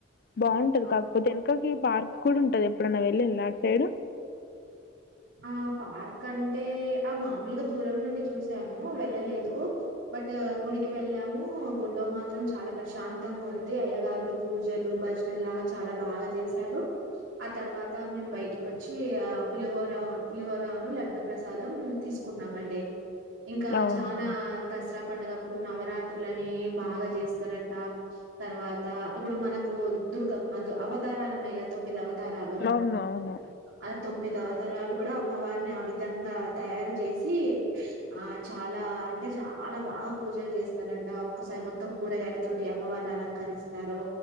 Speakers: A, on the left; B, on the right.
A: బాగు
B: ఆ
A: కాకపోతే వెనకకి పార్క్ కూడా ఉంటది ఎప్పుడైన్నా వెళ్లిళ అడ్ ఏడు
B: ఆ పార్క్ అంటే ఆ మామూలుగా దూరం నుండి చూసాము వెళ్ళలేదు బట్ గుడికి వెళ్ళాము గుడిలో మాత్రం చాలా ప్రశాంతంగా ఉంది అయ్యగారులు పూజలు భజనలు లాగా చాలా బాగా చేశారు ఆ తర్వాత మేము బయటకి వచ్చి ఆ పులిహోర పులిహోర పులిహోరాను లడ్డు ప్రసాదం తీసుకున్నామండి ఇంకా
A: అవునా
B: చనా దసరా పండగమ్ ఇప్పుడు నవరాత్రులని బాగా చేస్తారంట తర్వాత ఇప్పుడు మనకు దుర్గ అవతారాలు ఉన్నాయి కదా తొమ్మిది అవత్ తారలో
A: అవును అవును
B: అ తొమ్మిది అవ కూడా అమ్మవారిని ఆ విధంగా తయారు చేసి ఆ చాలా అంటే చాలా బాగా పూజలు చేస్తారంట ఒక్కసారి మొత్తం కూరగాయల తోటి అమ్మవారిని అలంకరిస్తారు